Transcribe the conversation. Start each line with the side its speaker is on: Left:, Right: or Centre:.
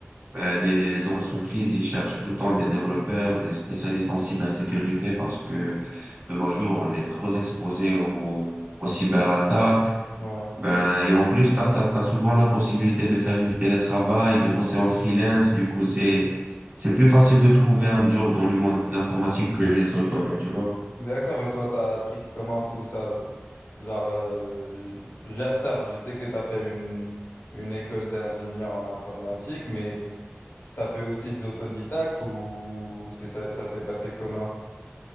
Right: Ben, les, les entreprises, ils cherchent tout le temps des développeurs, des spécialistes en cybersécurité parce que de nos jours, on est trop exposé aux, aux cyberattaques,
Left: Ouais.
Right: ben, et en plus, tu as, souvent la possibilité de faire du télétravail, de bosser en freelance. Du coup, c'est, c'est plus facile de trouver un job dans le monde de l'informatique que les autres domaines, tu vois.
Left: D'accord, et toi, t'as appris de comment tout ça? Genre, euh, je- certes, je sais que t'as fait une, une école d'ingénieur en informatique, mais t'as fait aussi de l'autodidacte ou c'est ça, ça s'est passé comment?